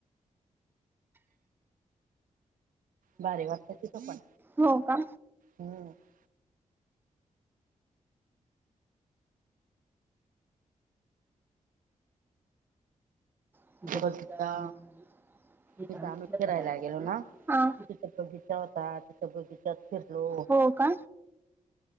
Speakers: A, on the right; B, on the right.
A: भारी वाटत तिथं पण
B: हो का?
A: हम्म
B: <unintelligible>
A: बघितला तिथं आम्ही फिरायला गेलो ना
B: हां.
A: तिथं बगीचा होता तिथं बगीचात फिरलो
B: हो का?